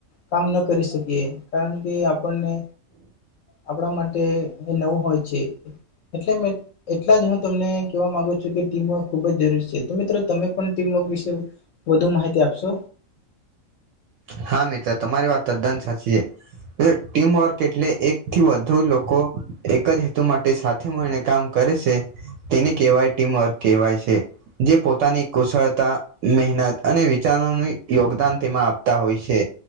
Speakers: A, on the left; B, on the right.
A: કામ ન કરી શકીએ કારણ કે આપણને આપડા માટે એ નવું હોય છે. એટલે મેં એટલા જ હું તમને કહેવા માંગુ છું કે ટીમવર્ક ખુબ જ જરૂરી છે. તો મિત્રો તમે પણ ટીમવર્ક વિશે વધુ માહિતી આપશો?
B: હા મિત્ર તમારી વાત તદ્દન સાચી છે. અહ ટીમવર્ક એટલે એક થી વધુ લોકો એક જ હેતુ માટે સાથે મળીને કામ કરે છે. તેને કહેવાય ટીમવર્ક કહેવાય છે. જે પોતાની કુશળતા, મહેનત અને વિચારોનું યોગદાન તેમાં આપ- તા હોય છે.